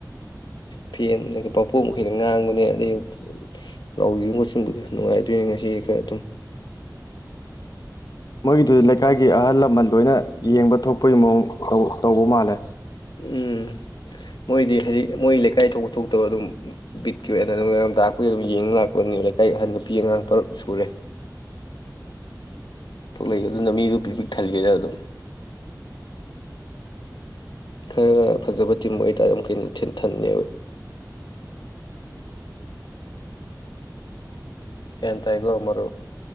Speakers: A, on the left; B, on the left.
A: ꯐꯦꯟ ꯄꯥꯄꯣꯞ ꯃꯈꯩꯩꯅ ꯉꯥꯡꯕꯅꯦ ꯑꯗꯩ ꯂꯧꯁꯤ ꯈꯣꯠꯆꯟꯕ ꯈꯔ ꯅꯨꯡꯉꯥꯏꯗꯣꯏꯅꯦ ꯉꯁꯤꯗꯤ ꯈꯔ ꯑꯗꯨꯝ
B: ꯃꯣꯏꯗꯨ ꯂꯩꯀꯥꯏꯒꯤ ꯑꯍꯜ ꯂꯃꯟ ꯂꯣꯏꯅ ꯌꯦꯡꯕ ꯊꯣꯛ ꯑꯩꯈꯣꯏꯒꯤ ꯃꯑꯣꯡ ꯇꯧꯕ ꯃꯥꯜꯂꯦ
A: ꯎꯝ ꯃꯣꯏꯗꯤ ꯍꯥꯏꯗꯤ ꯃꯣꯏ ꯂꯩꯀꯥꯏ ꯊꯣꯛꯄ ꯊꯣꯛꯇꯕ ꯑꯗꯨꯝ ꯕꯤꯠꯀꯤ ꯑꯣꯏꯅ ꯑꯗꯨꯝꯝ ꯇꯥꯛꯄꯨꯒꯤ ꯑꯗꯨꯝ ꯌꯦꯡ ꯂꯥꯛꯄꯅꯦꯕ ꯂꯩꯀꯥꯏ ꯑꯍꯟ ꯅꯨꯄꯤ ꯑꯉꯥꯡ ꯇꯔ ꯁꯨꯔꯦ ꯊꯣꯛꯂꯛꯏꯦ ꯑꯗꯨꯅ ꯃꯤꯗꯨ ꯄꯤꯛ ꯄꯤꯛ ꯊꯜꯒꯦꯅ ꯑꯗꯨꯝ ꯈꯔꯒ ꯐꯖꯕ ꯇꯤꯝ ꯑꯣꯏꯇꯥꯔꯦ ꯑꯗꯨ ꯀ ꯊꯟꯅꯕ ꯒ꯭ꯌꯥꯟ ꯇꯥꯏꯀꯣ ꯃꯔꯨꯞ